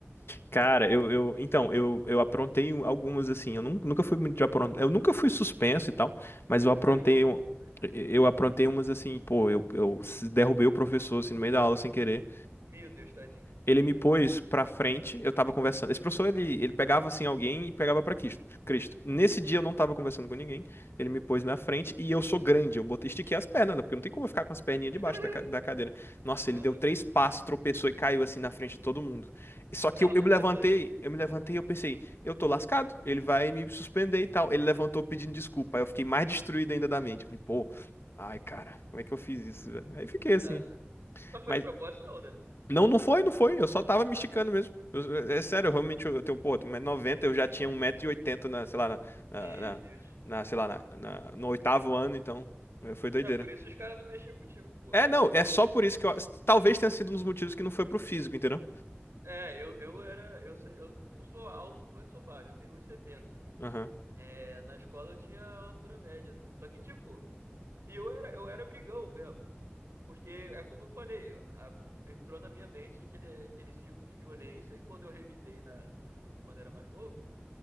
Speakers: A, on the left (about 65°); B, on the right (about 85°).
A: Cara, eu, eu. Então, eu, eu aprontei um, algumas assim. Eu nun- nunca fui muito de aprontar. Eu nunca fui suspenso e tal, mas eu aprontei.
B: Aí eu fui.
A: um-
B: Ai, Jesus.
A: Eu aprontei umas assim, pô, eu, eu s- derrubei o professor assim, no meio da aula sem querer.
B: Meu Deus, tadinho.
A: Ele me pôs pra frente, eu tava conversando. Esse professor, ele, ele pegava assim alguém e pegava pra Cristo. Cristo. Nesse dia eu não tava conversando com ninguém, ele me pôs na frente e eu sou grande, eu botei, estiquei as pernas, né? Porque não tem como eu ficar com as perninhas debaixo
B: <laughs>
A: da, ca- da cadeira. Nossa, ele
B: Aham.
A: deu três passos, tropeçou e caiu assim na frente de todo mundo. Só que
B: Karma
A: eu, eu
B: instantâneo.
A: me levantei, eu me levantei e eu pensei, eu tô lascado, ele vai me suspender e tal. Ele levantou pedindo desculpa, aí eu fiquei mais destruído ainda da mente. Falei, pô, ai cara, como é que eu fiz isso, velho? Aí fiquei
B: Coitado.
A: assim.
B: <laughs> Mas foi
A: Mas
B: de propósito, não, né?
A: não, não foi, não foi. Eu só tava me
B: Ah,
A: esticando
B: tá.
A: mesmo. Eu- é sério, eu realmente eu tenho, pô, 1,90m, eu já tinha um metro e oitenta na, sei lá, na,
B: Meu
A: na, na-
B: Deus.
A: na, sei lá, na, na- no oitavo ano, então é, foi doideira.
B: É por isso os caras não mexiam contigo, pô.
A: É, não, é só por isso que eu, talvez tenha sido um dos motivos que não foi pro físico, entendeu?
B: É, eu, eu era. Eu sei, eu não, não sou alto, mas sou baixo. Eu tenho 1,70.
A: Aham.
B: É, na escola eu tinha altura média. Só que, tipo, e eu era, eu era brigão mesmo. Porque é como eu falei, a- entrou na minha mente aquele, aquele ciclo de violência, e quando eu revidei na, no- quando era mais novo,